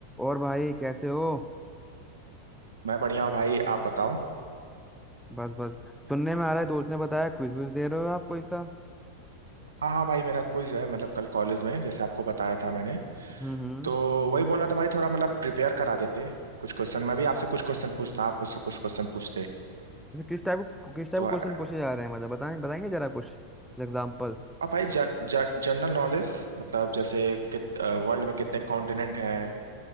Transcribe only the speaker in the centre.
और भाई कैसे हो
बस बस सुनने में आ रहा है दोस्त ने बताया क्विज विज दे रहे हो आप कोई सा
हम्म हम्म
ये किस टाइप किस टाइप
क्वेश्चन पूछे जा रहे हैं मतलब बताएं बताएंगे जरा कुछ एग्जाम्पल्स